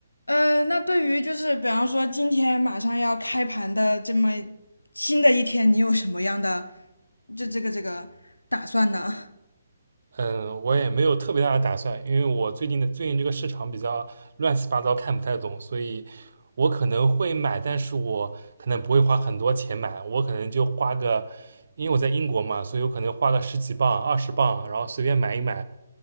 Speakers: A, on the left (about 75°); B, on the right (about 55°).
A: 呃，那对于就是比方说今天马上要开盘的这么新的一天，你有什么样的这这个这个打算呢？
B: 嗯，我也没有特别大的打算，因为我最近的最近这个市场比较乱七八糟，看不太懂，所以我可能会买，但是我可能不会花很多钱买，我可能就花个，因为我在英国嘛，所以我可能花个十几磅、二十磅，然后随便买一买，